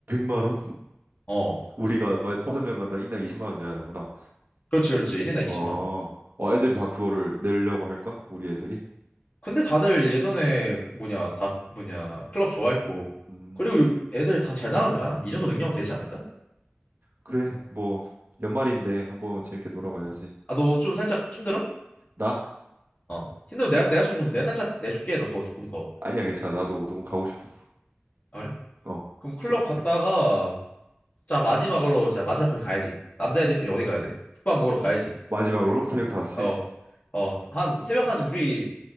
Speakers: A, on the right (about 55°); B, on the left (about 40°).
A: 만 원?
B: 어,
A: 우리가 만약 다섯 명 간다 인당 20만 원 내야 하는구나.
B: 그렇지, 그렇지. 1인당
A: 어,
B: 20만 원.
A: 어, 애들이 다 그거를 내려고 할까? 우리 애들이?
B: 근데 다들 예전에 뭐냐, 다 뭐냐, 클럽 좋아했고.
A: 음,
B: 그리고 애들 다 잘 나가잖아. 이 정도 능력은 되지 않을까?
A: 그래. 뭐 연말인데 한번 재밌게 놀아봐야지.
B: 어. 아, 너 좀 살짝 힘들어?
A: 나?
B: 어. 힘들면 내가, 내가 좀, 그럼 내가 살짝 내줄게. 너 거 조금 더.
A: 아니야, 괜찮아. 나도 너무 가고 싶었어.
B: 아, 그래?
A: 어,
B: 그럼 클럽
A: 저
B: 갔다가,
A: 되게
B: 자, 마지막으로, 자, 마지막 거기 가야지. 남자애들끼리 어디 가야 돼? 국밥 먹으러 가야지.
A: 마지막으로 새벽 5시에?
B: 어, 어, 한, 새벽 한, 우리,